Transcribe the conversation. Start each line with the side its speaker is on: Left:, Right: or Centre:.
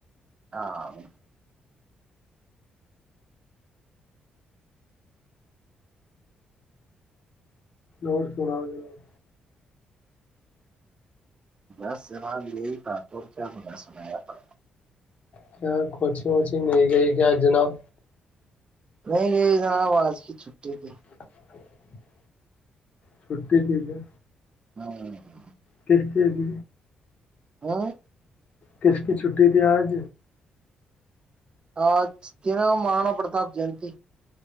Right: ہاں
Left: اور سنا جناب
Right: میں سوال یہی تھا تو کیا مجھے سنایا تھا
Left: کیا کوچنگ ووچنگ نہیں گئی کیا جناب
Right: نہیں نہیں جناب آج کی چھٹی تھی
Left: <unintelligible> چھٹی لی کیا
Right: ہاں <unintelligible>
Left: کیس ہے ج
Right: ہاں
Left: کس کی چھٹی تھی آج
Right: ہاں ت ن مہانا پرتاپ جیتی